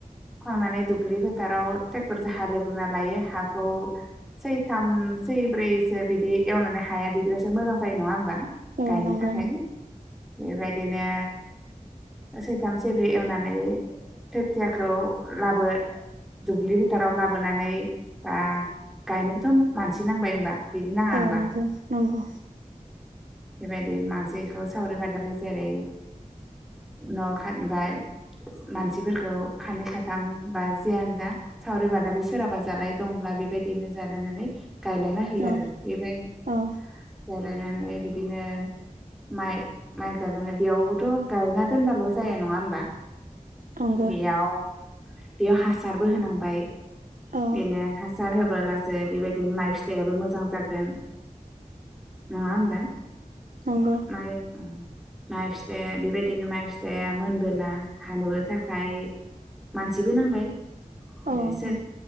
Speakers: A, in the centre; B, on the right (about 75°).
A: फुखांनानै दुब्लि फोथाराव टेक्टरजों हालेवग्रोनना लायो हाखौ सैथाम सै ब्रैसो बिदि एवनानै हाया बिदिबासो मोजां जायो नङा होनोमबा?
B: औ
A: गायनो
B: नंगौ
A: थाखाय बेबायदि बिदिनो सैथाम सैब्रै एवनानै खोथियाखौ लाबो दुब्लि फोथाराव लाबोनानै बा गायनोबोथ' मानसि नांबाय होमबा। बिदि नाङा
B: औ
A: होमबा
B: नंगौ नंगौ।
A: बेबायदि मानसिखौ सावरि बादालि जेरै न' खा बा मानसिफोरखौ खानै खाथाम बा जियानो जा सावरि बादालि सोरहाबा जालाय दंब्ला बेबायदिनो जालायनानै गायलायना होयो आरो
B: औ
A: बेबायदि
B: औ
A: गायलायनानै बिदिनो माइ माइ गायनानै बेयावबोथ' गायना दोनबाल' जाया नङा होमबा?
B: नंगौ
A: बियाव बेयाव हासारबो होनांबाय।
B: औ
A: बिनो हासार होबोलास सो बेबायदिनो माइ फिथाइयाबो मोजां जागोन नङा होमबा?
B: नंगौ।
A: माइ माइ फिथाइआ बेबायदिनो माइ फिथाइया मोनबोला। हानोबो थाखाय। मानसिबो नांबाय।
B: औ
A: एसोर
B: औ